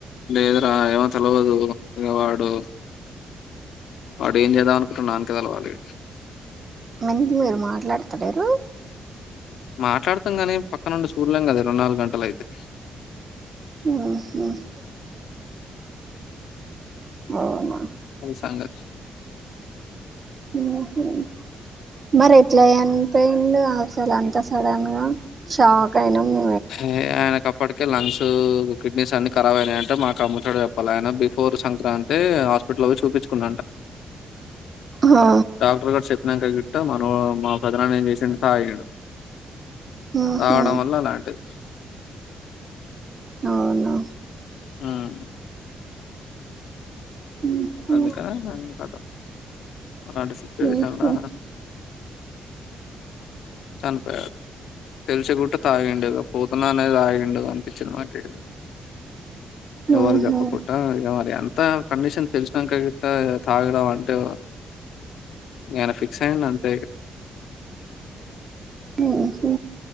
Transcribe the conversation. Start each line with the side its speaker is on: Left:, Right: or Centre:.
Left: లేదురా ఏమో తెలవదు ఇక వాడు వాడు ఏం చేద్దాం అనుకుంటుండో వానికే తెలవాలి.
Right: ఎందుకు మీరు మాట్లాడతలేరు.
Left: మాట్లాడుతాం గాని పక్కనుండి చూడలేం కదా ఇరవై నాలుగు గంటలయితే.
Right: ఆహ్ ఆహ్. అవునా.
Left: అది సంగతి.
Right: ఉమ్మ్ మరి ఎట్లా చనిపోయిండు అసలు అంతా సడన్ గా షాక్ అయినాం మే.
Left: హే ఆయనకప్. ఇప్పటికే లంగ్స్ కిడ్నీస్ అన్ని కారాబ్ అయినాయంట మాకు అమ్ము తోడు చెప్పాలి ఆయన బిఫోర్ సంక్రాంతి హాస్పిటల్లో చూపించుకున్నడంట
Right: ఆ
Left: డాక్టర్ గారు చేప్. నంక గిట్ట మా పెద్దనాన్న ఏం చేసిండు తాగిండు.
Right: ఉహు
Left: రావడం వల్ల అలాంటిది
Right: అవును.
Left: ఆహ్.
Right: ఉహు
Left: అందుకా కదా. అలాంటి సిచ్యువేషన్లా
Right: ఉహు
Left: చనిపోయాడు తెలిసి కుట్ట తాగిండుగా పోతున్నా అనేది తాగిడుగా అనిపించింది మాకే ఎవర్
Right: ఉహు
Left: గప్ప కొట్ట మరి అంత అంత కండిషన్ తెలిసినాక గిట్ల తాగడం అంటే ఇంగ ఏన ఫిక్స్ అయండంతే
Right: ఊహు